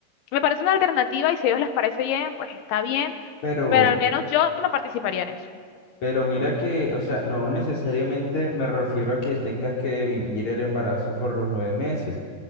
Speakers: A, on the left; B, on the left.
A: me parece una alternativa y si a ellos les parece bien, pues está bien,
B: pero,
A: pero al menos yo no participaría en eso.
B: pero mira que, o sea, no necesariamente me refiero a que tengas que vivir el embarazo por los nueve meses